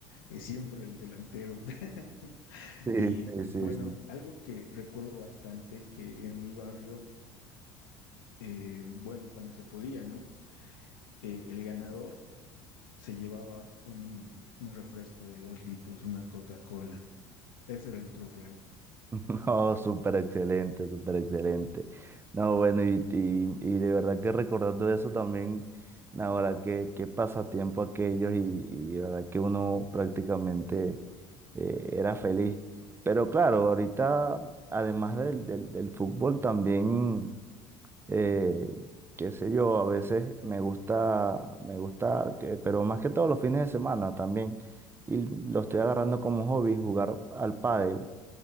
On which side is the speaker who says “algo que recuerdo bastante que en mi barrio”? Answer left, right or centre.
Left